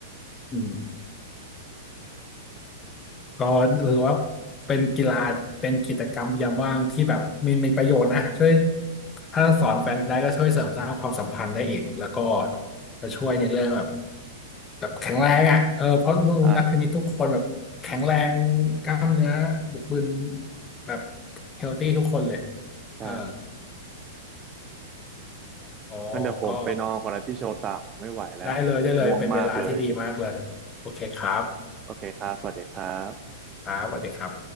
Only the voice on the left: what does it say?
อืมก็หรือว่าเป็นกีฬาเป็นกิจกรรมยามว่างที่แบบมีมีประโยชน์นะช่วยถ้าสอนแฟนได้ก็ช่วยเสริมสร้างความสัมพันธ์ได้อีกแล้วก็จะช่วยในเรื่องแบบแบบแข็งแรงอ่ะเออเพราะรู้นักเทนนิสทุกคนแบบแข็งแรง
กล้ามเนื้อบึกบึนแบบเฮลตี้ทุกคนเลย
เอออ๋อก็
ได้เลยได้เลยเป็นเวลาที่ดีมากเลยโอเคครับ
ครับสวัสดีครับ